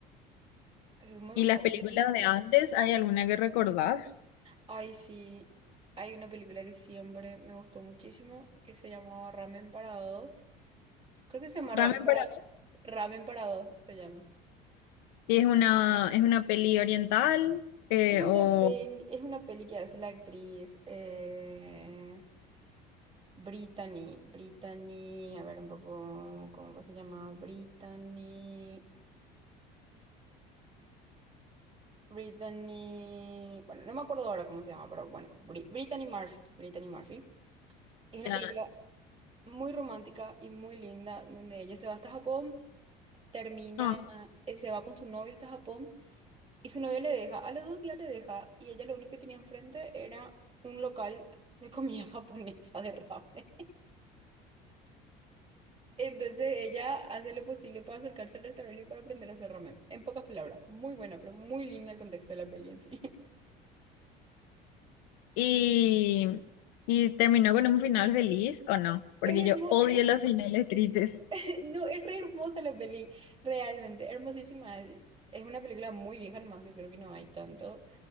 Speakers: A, on the right; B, on the left.
A: Es muy
B: ¿Y
A: movido.
B: las películas de antes, hay alguna que recordás?
A: Ay, sí, hay una película que siempre me gustó muchísimo que se llamaba Ramen para dos. Creo que se llama
B: Ramen
A: Ramen para
B: para
A: dos. Ramen para dos se llama.
B: ¿Y es una, es una peli oriental? eh,
A: Es una
B: o
A: peli, es una peli que hace la actriz eh, Brittany. Brittany, a ver un poco cómo se llama. Brittany. Brittany. Bueno, no me acuerdo ahora cómo se llama, pero bueno, Bri- Brittany Murphy. Brittany Murphy. Es una
B: ya,
A: película muy romántica y muy linda, donde ella se va hasta Japón termina,
B: no.
A: eh, se va con su novio hasta Japón y su novio le deja, a los dos días le deja y ella lo único que tenía enfrente era un local de comida <laughs> japonesa de ramen. Entonces ella hace lo posible para acercarse al restaurante y para aprender a hacer ramen. En pocas palabras, muy buena, pero muy linda el contexto de la peli en sí. <laughs>
B: ¿Y, y terminó con un final feliz o no? Porque
A: Es
B: yo
A: hermosa,
B: odio los finales tristes.
A: <laughs> no, es re hermosa la peli, realmente, hermosísima. Es una película muy vieja nomás que creo que no hay tanto.